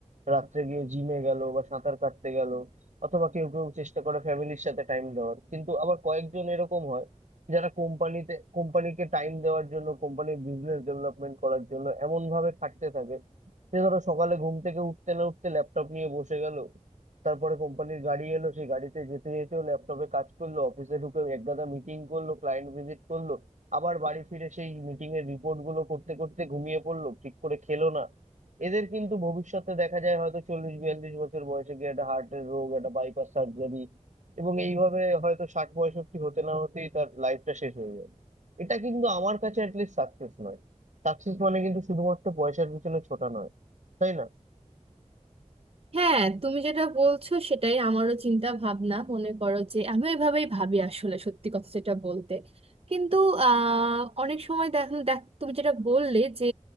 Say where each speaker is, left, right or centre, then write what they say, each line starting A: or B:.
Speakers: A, on the right; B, on the right.
A: রাত্রে গিয়ে জিমে গেল বা সাঁতার কাটতে গেল অথবা কেউ কেউ চেষ্টা করে ফ্যামিলির সাথে টাইম দেওয়ার কিন্তু আবার কয়েকজন এরকম হয় যারা কোম্পানিতে কোম্পানিকে টাইম দেওয়ার জন্য কোম্পানির বিজনেস ডেভেলপমেন্ট করার জন্য এমন ভাবে খাটতে থাকে যে ধরো সকালে ঘুম থেকে উঠতে না উঠতে ল্যাপটপ নিয়ে বসে গেল তারপরে কোম্পানির গাড়ি এলো সেই গাড়িতে যেতে যেতেও ল্যাপটপে কাজ করলো অফিসে ঢুকে একগাদা মিটিং করলো ক্লায়েন্ট ভিজিট করলো আবার বাড়ি ফিরে সেই মিটিং এর রিপোর্ট গুলো করতে করতে ঘুমিয়ে পড়লো ঠিক করে খেলো না এদের কিন্তু ভবিষ্যতে দেখা যায় হয়তো চল্লিশ বিয়াল্লিশ বছর বয়সে গিয়ে একটা হার্টের রোগ একটা বাইপাস সার্জারি এবং এইভাবে হয়তো ষাট পঁয়ষট্টি হতে না হতেই তার লাইফটা শেষ হয়ে যাবে এটা কিন্তু আমার কাছে অ্যাটলিস্ট সাকসেস নয় সাকসেস মানে কিন্তু শুধুমাত্র পয়সার পিছনে ছোটা নয় তাই না
B: হ্যাঁ তুমি যেটা বলছো সেটাই আমারও চিন্তা ভাবনা মনে করো যে আমি ওইভাবেই ভাবি আসলে সত্যি কথা যেটা বলতে কিন্তু আহ, অনেক সময় দেখ দেখ তুমি যেটা বললে যে